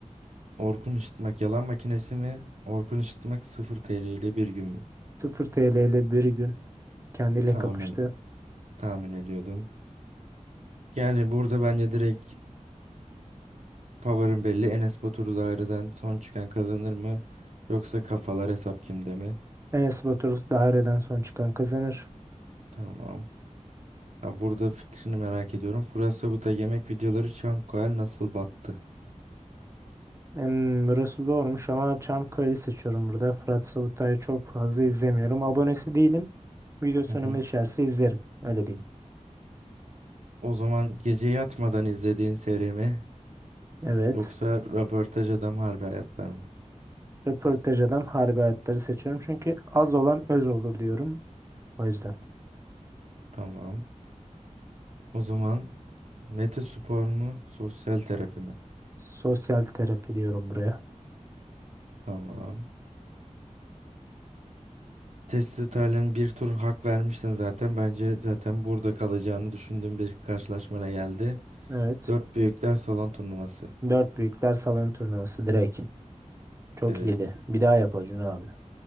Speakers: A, on the right; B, on the right.
A: Orkun Işıtmak yalan makinesi mi? Orkun Işıtmak 0 TL ile bir gün mü?
B: 0 TL ile bir gün kendiyle
A: Tahmin,
B: kapıştı.
A: tahmin ediyordum. Yani burada bence direkt favorim belli. Enes Batur daireden son çıkan kazanır mı? Yoksa kafalar hesap kimde mi?
B: Enes Batur daireden son çıkan kazanır.
A: Tamam. Ha, burada fikrini merak ediyorum. Furasabı'da yemek videoları çan koyal nasıl battı?
B: Hmm, burası zormuş ama Çamköy'ü seçiyorum burada. Fırat Savutay'ı çok fazla izlemiyorum. Abonesi değilim. Videosu
A: Hı hı.
B: önüme düşerse izlerim. Öyle diyeyim.
A: O zaman gece yatmadan izlediğin seri mi?
B: Evet.
A: Yoksa röportaj adam harbi hayatlar mı?
B: Röportaj adam harbi hayatları seçiyorum. Çünkü az olan öz olur diyorum. O yüzden.
A: Tamam. O zaman Mete Spor mu? Sosyal terapi mi?
B: Sosyal terapi diyorum buraya.
A: Tamam. Testi Taylan'ın bir tur hak vermişsin zaten. Bence zaten burada kalacağını düşündüğüm bir karşılaşmaya geldi.
B: Evet.
A: Dört büyükler salon turnuvası.
B: Dört büyükler salon turnuvası direkt. Çok
A: Direkt.
B: iyiydi. Bir daha yap Acun abi.